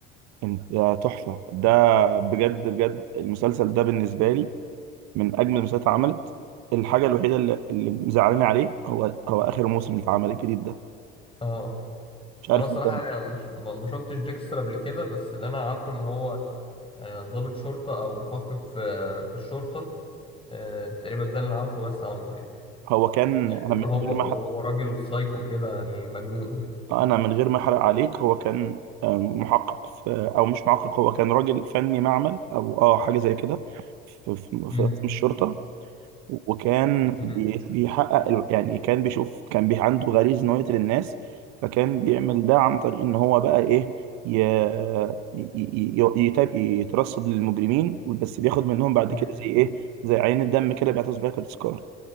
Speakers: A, on the right; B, on the left.
A: إن- يا تحفه ده بجد بجد المسلسل ده بالنسبه
B: مم.
A: لي من اجمل المسلسلات اللي اتعملت الحاجه الوحيده اللي, اللي مزعلاني عليه هو هو اخر موسم اللي اتعمل الجديد ده
B: اه
A: مش عارف
B: هو انا الصراحة
A: انت
B: أنا مش ما ما شفتش ديكستر قبل كده بس اللي انا عارفه ان هو آه، ضابط شرطة أو محقق في في الشرطة آه، تقريبا ده اللي أنا عارفه بس عنه يعني
A: هو كان انا
B: وإن
A: من
B: هو
A: غير ما أحرق-
B: وهو راجل سايكو كده يعني مجنون
A: انا من غير ما احرق عليك هو كان آم، محقق في او مش محقق هو كان راجل فني معمل او اه حاجه زي كده في, في,
B: مم.
A: في قسم الشرطه وكان
B: مم.
A: بي- بيحقق ال- يعني كان بيشوف كان بي عنده غريزة إن هو يقتل الناس فكان بيعمل ده عن طريق إن هو بقى إيه ي... ي... ي... يتاب... يترصد للمجرمين بس بياخد منهم بعد
B: مم.
A: كده زي إيه زي عين الدم كده بيعتز بيها كتذكار